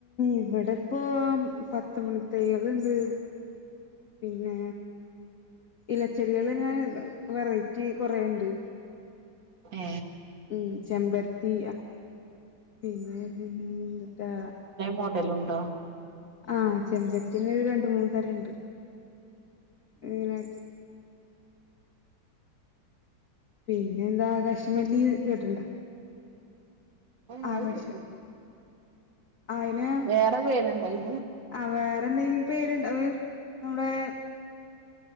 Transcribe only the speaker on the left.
ഇവിടെ ഇപ്പൊ പത്ത് മണി തയ്യളണ്ട് പിന്നെ ഇലച്ചെടികൾ തന്നെ വെറൈറ്റി കുറേയുണ്ട്
ഉ ചെമ്പരത്തി പിന്നെ അങ്ങനെ എന്തൂട്ടാ
ആഹ് ചെമ്പരത്തിന്റെ തന്നെ രണ്ടുമൂന്നുതറങ്ങളുണ്ട് ഇങ്ങനെ പിന്നെ എന്താ കശുമല്ലി കേട്ടണ്ട
ആവശ്യം
അയിന്
ആ വേറെന്തെങ്കിലും പേരുണ്ട ഒരു നമ്മുടെ